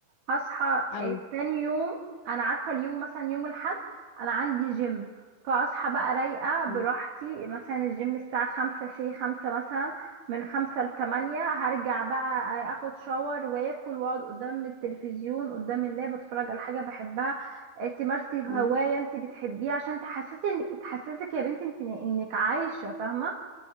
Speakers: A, on the right (about 55°); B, on the left (about 80°).
A: هصحى
B: ايوه
A: آه، تاني يوم انا عارفه اليوم مثلا يوم الاحد انا عندي جيم فاصحى بقى رايقه براحتي
B: مم.
A: مثلا الجيم الساعه خمسة سي خمسة مثلا من خمسة لتمانية هرجع بقى آه، اخد شاور واكل واقعد قدام التلفزيون قدام اللاب اتفرج على حاجه بحبها آه، تمارسي هوايه
B: مم.
A: انت بتحبيها عشان تحسسي انك تحسسك يا بنتي انت انك عايشه فاهمه